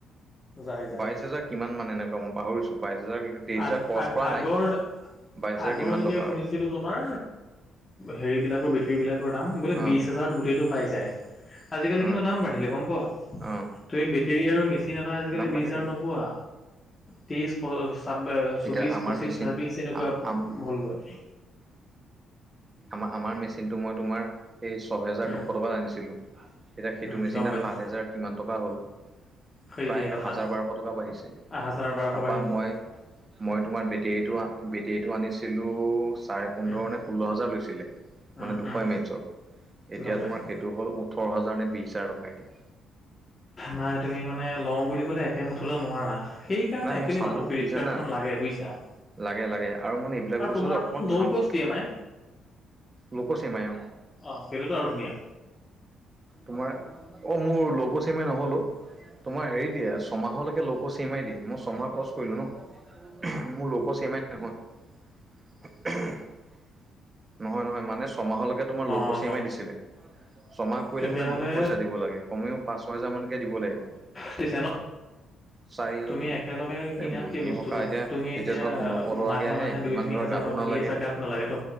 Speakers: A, on the left; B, on the right.
A: যায় যায়।
B: বাইছ হাজাৰ কিমান মান এনেকুৱা মই পাহৰিছো বাইছ হাজাৰ তেইছ
A: আ-আগৰ
B: হেজাৰ ক্ৰছ কৰা
A: আগৰ
B: নাই, বাইছ হেজাৰ
A: আগৰ
B: কিমান
A: যেতিয়া
B: টকা
A: শুনিছিলোঁ
B: আৰু।
A: তোমাৰ হেৰি বিলাকৰ বেটেৰী বিলাকৰ দাম বোলে
B: অ
A: বিশ হাজাৰত গোটেইটো পাই যায়। আজিকালি
B: অ
A: কিন্তু দাম বাঢ়িলে গম পোৱা?
B: অ
A: তুমি বেটৰী আৰু মেচ। মেচিন এটা আজিকালি
B: দাম
A: বিশ
B: বাঢ়িলে
A: হাৰ নোপোৱা, তেইশ পঁ। চৌবিশ
B: এতিয়া আমাৰ
A: পঁচিশ,
B: মেচিন
A: ছাব্বিশ এনেকুৱা
B: আমাৰ
A: হ'লগৈ'।
B: আমাৰ আমাৰ মেচিনতটো মই তোমাৰ এই ছয়হেজাৰ
A: উম,
B: দুশ টকাত আনিছিলো। এতিয়া সেইটো
A: উম,
B: মেচিন
A: গম পাইছোঁ
B: সাত হেজাৰ কিমান টকা হ'ল।
A: সেইটোৱে
B: প্ৰায়
A: কথা
B: হাজাৰ বাৰশ টকা বাঢ়িছে,
A: হাজাৰ বাৰশ
B: তাৰপৰা
A: বাঢ়ি গ'ল।
B: মই মই তোমাৰ বেটেৰীটো। বেটেৰীতটো আনিছিলো চাৰে পোন্ধৰ
A: উম,
B: নে ষোল্ল হাজাৰ লৈছে। লৈছিলে
A: উম,
B: মানে দুশ
A: উম,
B: এম এছত এতিয়া
A: গম পাইছোঁ।
B: তোমাৰ সেইটো হ'ল ওঠৰ হাজাৰ নে বিশ হাজাৰ টকা এতিয়া।
A: নাই তুমি মানে লওঁ বুলি ক'লে একে মুঠতে নোৱাৰা সেই। সেইকাৰনে
B: নাই
A: একচুৱেলি
B: মই চালো
A: মানুহক ক্ৰেডিট
B: কি জানা
A: কাৰ্ডখন লাগে বুজিছা।
B: লাগে - লাগে আৰু মানে এইবিলাক বস্তু
A: তোমাৰতো
B: যে অকমান
A: ন'
B: ঠান।
A: কষ্ট ই এম আই
B: লোকসীমায়।
A: অ' সেইটোতো আৰু ধুনীয়া।
B: তোমাৰ, অ' মোৰ লৌকোচিমাই নহলো। তোমাৰ হেৰি দে ছমাহলৈকে লোককো চিমাই দিয়ে <unintelligible> মই ছমাহ ক্ৰছ কৰিলো ন মোৰ লোক চেমাই নহয়। <unintelligible> নহয় - নহয় মানে ছয়মাহলৈকে তোমাৰ লোক
A: অ'
B: চেমাই
A: গম
B: দিছিলে ছমাহ কৰিলে
A: তেতিয়াহ'লে
B: মানে বহুত পইচা। দিব লাগে, কমেও পাঁচ ছহেজাৰ মানকে দিব লাগিব।
A: পিছে ন।
B: চাৰি হাজাৰ
A: তুমি একেলগে কিনাতক
B: এই বহুতখিনি
A: বস্তুটো
B: সকাহ এতিয়া
A: তুমি এতিয়া
B: ধৰা পোন্ধৰশ টকাকে
A: মাহে
B: আহে
A: - মাহে দুই
B: ইমান
A: তিনি
B: ধৰা
A: হাজাৰ।
B: গাতো
A: টকা
B: নালাগে
A: দি আছা গাত নালাগে তো।